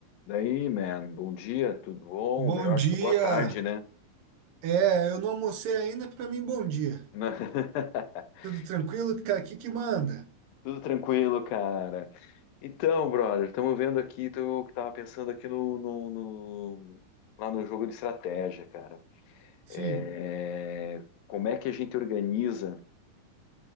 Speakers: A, on the left; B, on the right.
A: Daí, man, bom dia, tudo bom?
B: Bom
A: Melhor
B: dia.
A: acho que boa tarde, né?
B: É, eu não almocei ainda, pra mim bom dia.
A: <laughs>
B: Tudo tranquilo, cara? O Que que manda?
A: Tudo tranquilo, cara. Então, brother, estamos vendo aqui, tô, tava pensando aqui no, no- no- lá no jogo de estratégia, cara.
B: Sim.
A: É, como é que a gente organiza